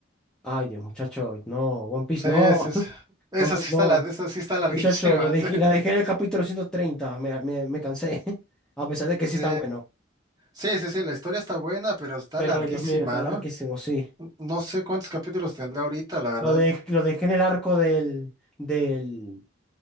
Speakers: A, in the centre; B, on the right.
A: Ay, Dios, muchacho, no, One Piece
B: Sí,
A: no,
B: es, es.
A: <laughs>
B: Esa
A: One Piece
B: sí está,
A: no.
B: la- esa sí está larguísima,
A: Muchacho, lo dejé,
B: <laughs> sí.
A: la dejé en el capítulo 130, me, me, me cansé, <laughs> a pesar de que sí
B: Sí.
A: está bueno.
B: Sí, sí, sí, la historia está buena, pero está
A: Pero
B: larguísima,
A: Dios mío, está larguísimo,
B: ¿no?
A: sí.
B: No sé cuántos capítulos tendrá ahorita, la verdad.
A: Lo, de, lo dejé en el arco del, del,